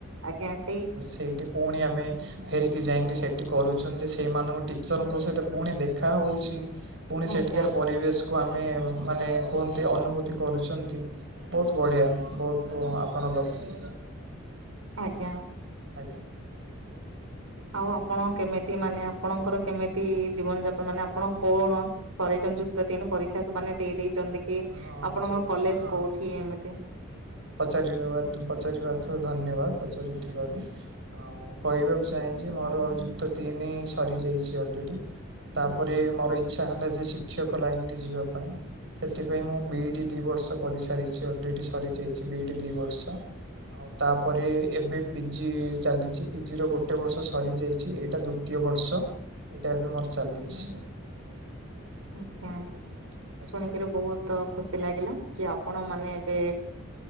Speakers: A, on the right; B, on the right.
A: ଆଜ୍ଞା ସେଇ।
B: ସେଇଠିପୁଣି ଆମେ। ଫେରିକି ଯାଇକି ସେଠି କରୁଛନ୍ତି ସେଇମାନଙ୍କ ଟିଚରଙ୍କ ସହିତ ପୁଣି ଦେଖା ହଉଛି। ପୁଣି ସେଠିକାର
A: ଆଜ୍ଞା
B: ପରିବେଶ। କୁ ଆମେ ମାନେ କୁହନ୍ତି ଅନୁଭୂତି କରୁଛନ୍ତି ବହୁତ୍ ବଢ଼ିଆ ବହୁତ୍ ଆ। ଆପଣ ଲକି।
A: ଆଜ୍ଞା।
B: ଆଜ୍ଞା।
A: ଆଉ ଆପଣ କେମିତି ମାନେ ଆପଣଙ୍କର କେମିତି ଜୀବନ ଯାପନ ମାନେ ଆପଣ କୌଣସି। ସରେଇ ଯୁକ୍ତ ତିନି ପରୀକ୍ଷା ସେମାନେ ଦେଇ ଦେଇେଛନ୍ତି କି
B: ହଁ
A: ଆପଣଙ୍କ
B: ଯୁକ୍ତ
A: କଲେଜ କୋଉଠି ଏମିତି।
B: ପଚାରି ପଚାରିବାଥ ଧନ୍ୟବାଦ ପଚାରିଥିବାରୁ। ଆଉ ମୁଁ କହିବାକୁ ଚାହେଁ ଯେ ମୋର ଯୁକ୍ତ ତିନି ହିଁ ସରିଯାଇଛି ଅଲରେଡି। ତାପରେ ମୋର ଇଚ୍ଛାହେଲା ଯେ ଶିକ୍ଷକ ଲାଇନ ଯିବା ପାଇଁ। ସେଥିପାଇଁ ମୁଁ ବିଇଡି ଦିଇ ବର୍ଷ କରିସାରିଛି ଅଲରେଡି ସରିଯାଇଛି ବିଇଡି ଦି ବର୍ଷ। ଆଉ ତାପରେ ଏବେ ପିଜି ଚାଲିଛି ପିଜି ର ଗୋଟେ ବର୍ଷ ସରି ଯାଇଛି ଏଇଟା ଦୁ। ଦ୍ୱିତୀୟ ବର୍ଷ ଏଇଟା ଏବେମୋର ଚାଲିଛି।
A: ଆଜ୍ଞା
B: ଆଜ୍ଞା।
A: ଶୁଣିକିରି ବହୁତ ଖୁସି ଲାଗିଲା। କି ଆପଣ ମାନେ ଏବେ